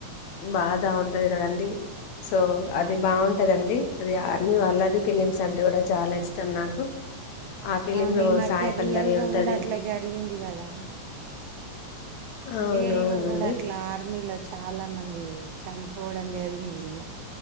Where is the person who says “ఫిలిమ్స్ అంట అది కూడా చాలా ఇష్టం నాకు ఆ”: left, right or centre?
Left